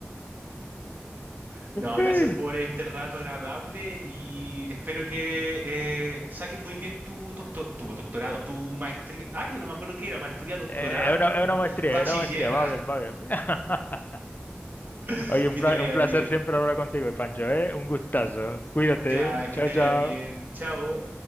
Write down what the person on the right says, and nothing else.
No, gracias
por este rato agradable y espero que eh, saques muy bien tu, docto- tu doctorado, tu maestría. Ay, yo no me acuerdo qué era, maestría, doctorado,
<laughs>
bachiller.
<laughs>
Que
te vaya
bien.
Ya,
que
te
vaya bien. Chao.